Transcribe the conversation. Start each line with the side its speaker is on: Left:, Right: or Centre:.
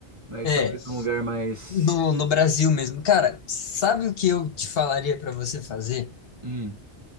Right: mas
Left: É,
Right: talvez um lugar mais.
Left: no, no Brasil mesmo. Cara, sabe o que eu te falaria pra você fazer?
Right: Hum.